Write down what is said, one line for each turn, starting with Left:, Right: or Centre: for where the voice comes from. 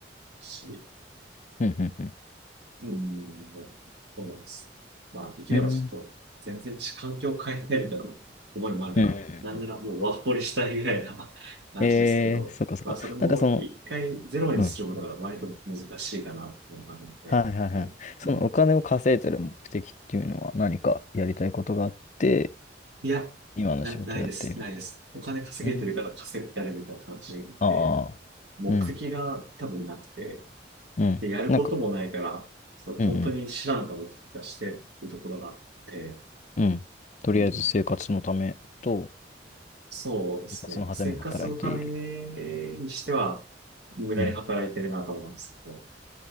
Right: し
Left: うん。うん。
Right: うん、まあ、そうなんです。まあ、できればちょっと、
Left: うん。
Right: 全然環境を変えたいみたいな思いもあるから、
Left: うんうん
Right: なんならもうワーホリしたいぐらいな <laughs> 感じですけど、
Left: えー、そっかそっか。
Right: まあ、それも一回ゼロにすることが割と難しいかなと思うのがあるんで、
Left: なんかその、うん。はいはいはい。
Right: うん
Left: そのお金を稼いでる目的っていうのは何かやりたいことがあって、
Right: いや、
Left: 今の仕事をやっている。
Right: な、ないです、ないです。お金稼げてるから稼いでやるみたいな感じで、
Left: うん。ああ、
Right: 目的が多分なくて、
Left: うん。うん。
Right: で、やることもないから、
Left: なんか、
Right: そう、
Left: うん
Right: 本当に知らんかもとかしてるところがあって、
Left: うん。うん。とりあえず生活のためと、
Right: うんそうですね。
Left: 生活のために働いている。
Right: 生活のためにしては、無駄に働いてるなと思うんですけど。
Left: うん。